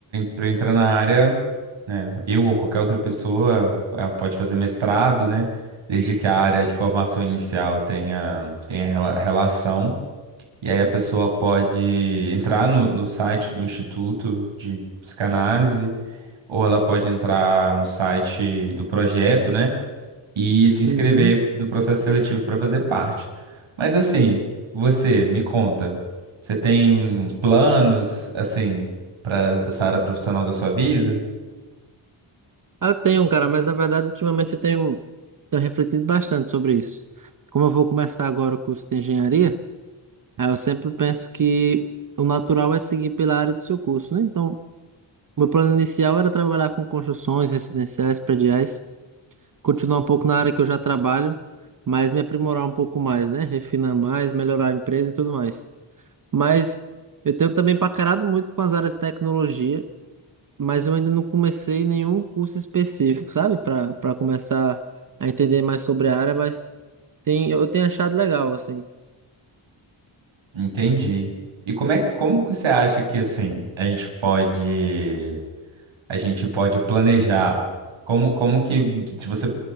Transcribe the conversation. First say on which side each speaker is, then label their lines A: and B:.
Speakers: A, on the right (about 75°); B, on the right (about 45°).
A: para entrar na área, né, eu ou qualquer outra pessoa ah, pode fazer mestrado, né? Desde que a área de formação inicial tenha, tenha rela- relação. E aí a pessoa pode entrar no, no site do Instituto de Psicanálise, ou ela pode entrar no site do projeto, né? e se inscrever
B: Uhum.
A: do processo seletivo para fazer parte. Mas assim, você me conta, você tem um planos assim para essa área profissional da sua vida?
B: Ah, eu tenho, um, cara, mas na verdade ultimamente eu tenho, tenho refletido bastante sobre isso. Como eu vou começar agora o curso de engenharia, aí eu sempre penso que o natural é seguir pela área do seu curso, né? Então, Meu plano inicial era trabalhar com construções residenciais, prediais, continuar um pouco na área que eu já trabalho, mas me aprimorar um pouco mais, né? Refinar mais, melhorar a empresa e tudo mais. Mas eu tenho também paquerado muito com as áreas de tecnologia, mas eu ainda não comecei nenhum curso específico, sabe? Para para começar a entender mais sobre a área, mas tem, eu tenho achado legal, assim.
A: Entendi. E como é como que você acha que assim a gente pode a gente pode planejar? Como como que se você